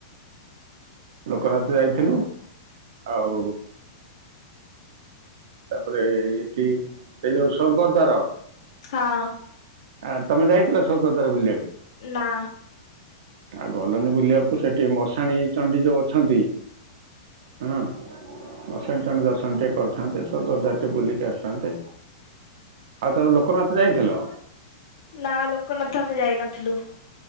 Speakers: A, on the right; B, on the left.
A: ଲୋକନାଥ ଯାଇଥିଲୁ ଆଉ ତାପରେ ଏଇଠି ସେଇ ଯୋଉ ସ୍ୱର୍ଗ ଦ୍ୱାର
B: ହଁ।
A: ଆ ତମେ ଯାଇଥିଲ ସ୍ୱର୍ଗ ଦ୍ୱାରା ବୁଲିବାକୁ?
B: ନା
A: ଆଉ ଗଲନି ବୁଲିବାକୁ ସେଠି ମଶାଣି ଚଣ୍ଡି ଯୋଉ ଅଛନ୍ତି। ହଁ ମାସାଣି ଚଣ୍ଡି ଦର୍ଶନ ଟିକେ କରିଥାନ୍ତେ ସ୍ୱର୍ଗ ଦ୍ୱାର ଟେକେ ବୁଲିକି ଆସିଥାନ୍ତେ? ଆଉ ତମେ ଲୋକନାଥ ଯାଇଥିଲ?
B: ନା ଲୋକ ନାଥ ଆମେ ଯାଇ ନଥିଲୁ।